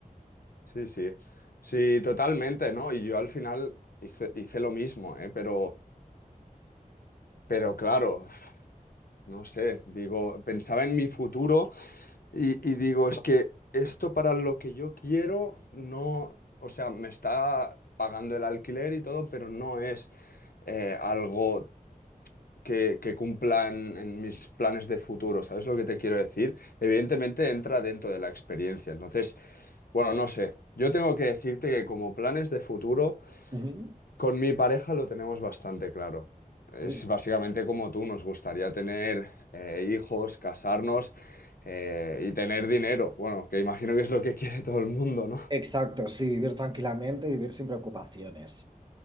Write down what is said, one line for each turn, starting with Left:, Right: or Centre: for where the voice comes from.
Left: Sí, sí, sí, totalmente, ¿no? Y yo al final hice, hice lo mismo, ¿eh? Pero, pero claro, no sé, digo, pensaba en mi futuro. Y, y digo, es que esto para lo que yo quiero, no, o sea, me está pagando el alquiler y todo, pero no es eh, algo que, que cumpla en, en mis planes de futuro, ¿sabes lo que te quiero decir? Evidentemente entra dentro de la experiencia, entonces, bueno, no sé, yo tengo que decirte que como planes de futuro...
Right: Ujú.
Left: Con mi pareja lo tenemos bastante claro. Es
Right: Vi-
Left: básicamente como tú, nos gustaría tener eh, hijos, casarnos eh, y tener dinero. Bueno, que imagino que es lo que quiere todo el mundo, ¿no?
Right: Exacto, sí, vivir tranquilamente, vivir sin preocupaciones.